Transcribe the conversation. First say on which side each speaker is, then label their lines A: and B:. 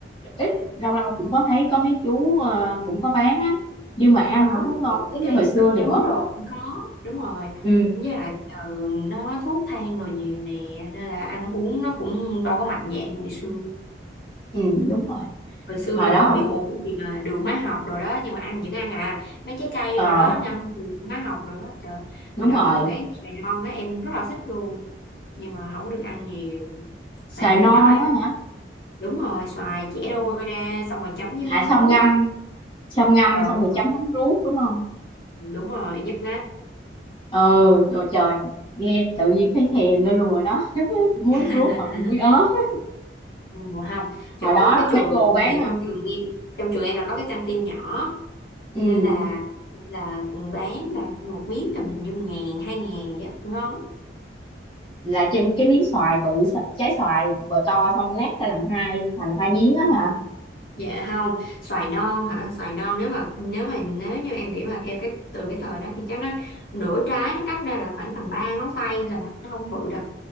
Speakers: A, on the left; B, on the left.
A: ít lâu lâu cũng có thấy có mấy chú ờ, cũng có bán á nhưng mà ăn
B: có
A: không có ngon
B: thì mấy
A: giống
B: cái
A: như hồi xưa
B: sâm dứa
A: nữa
B: rồi cũng có đúng rồi
A: ừ
B: với lại giờ nó thuốc thang rồi nhiều nè nên là ăn uống nó cũng đâu có mạnh dạn như hồi xưa
A: ừ đúng rồi
B: hồi xưa
A: hồi
B: là
A: đó
B: còn
A: không
B: bị hụt cái gì mà đường hóa học rồi đó nhưng mà ăn vẫn ăn à mấy trái cây
A: ờ
B: rồi đó ngâm đường hóa học rồi đó trời
A: đúng
B: và đó
A: rồi
B: có một cái xoài non á em rất là thích luôn nhưng mà không có được ăn nhiều
A: xài
B: tại vì hồi
A: non
B: nhỏ em
A: á hả
B: đúng rồi xoài chẻ đôi ra xong rồi chấm với
A: à
B: mắm
A: xong
B: ruốc
A: ngâm xong ngâm
B: ừ,
A: xong rồi chấm mắm ruốc đúng không
B: đúng rồi nhức nách
A: ừ rồi trời nghe tự nhiên thấy thèm lên luôn rồi đó <laughs> muối
B: <laughs>
A: ruốc hoặc là muối ớt á.
B: Ừ, không chỗ
A: hồi đó
B: cái trường
A: mấy cô bán
B: thì trong
A: à
B: trường em trong trường em là có cái căng tin nhỏ
A: ừ
B: nên là nên là bán là một miếng tầm hình như ngàn hai ngàn vậy á ngon lắm.
A: là trên cái miếng xoài bự trái xoài bờ to xong lát ra làm hai thành hai miếng á hả
B: dạ không xoài non hả xoài non nếu mà nếu mà nếu như em nghĩ mà theo cái từ cái thời đó thì chắc nó nửa trái nó cắt ra là khoảng tầm ba ngón tay thôi à. nó không bự đâu